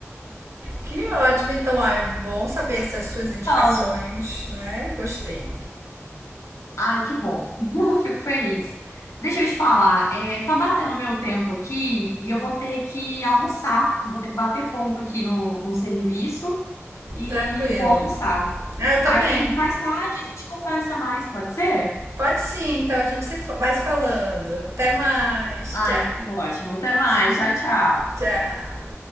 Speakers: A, on the right (about 70°); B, on the left (about 85°).
A: Que ótimo, então, ah, é bom saber essas suas indicações,
B: Então,
A: né? Gostei.
B: ai, que bom. <laughs> Fico feliz. Deixa eu te falar, é, tá batendo meu tempo aqui e eu vou ter que almoçar. Vou ter que bater ponto aqui no, no serviço e
A: Tranquilo.
B: vou almoçar.
A: Ah, eu também.
B: Aí mais tarde a gente conversa mais, pode ser?
A: Pode sim, então a gente se fa- vai se falando. Até mais.
B: Ai,
A: Tchau,
B: tá ótimo. Até mais. Tchau, tchau.
A: tchau.